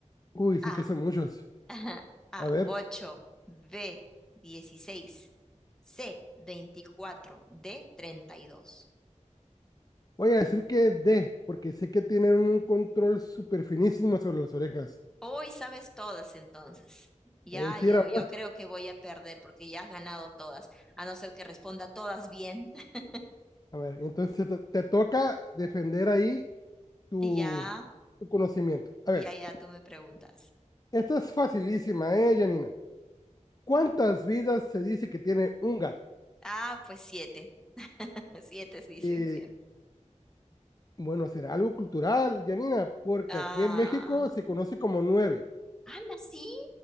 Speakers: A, on the left; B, in the centre.
A: Uy, sí
B: A.
A: que son muchos.
B: <laughs> A.
A: A ver,
B: 8, B. 16, C. 24, D. 32.
A: voy a decir que D, porque sé que tienen un control súper finísimo sobre las orejas.
B: Hoy sabes todas entonces. Ya,
A: Eh, sí,
B: yo,
A: era
B: yo
A: verdad.
B: creo que voy a perder porque ya has ganado todas. A no ser que responda todas bien. <laughs>
A: A ver, entonces te, te toca defender ahí tu,
B: Ya,
A: tu conocimiento. A ver.
B: ya, ya, tú me preguntas.
A: Esta es facilísima, ¿eh, Janina? ¿Cuántas vidas se dice que tiene un gato?
B: Ah, pues siete. <laughs> Siete sí, dicen
A: Eh,
B: siete.
A: bueno, será algo cultural, Janina, porque
B: Ah,
A: aquí en México se conoce como nueve.
B: anda, sí.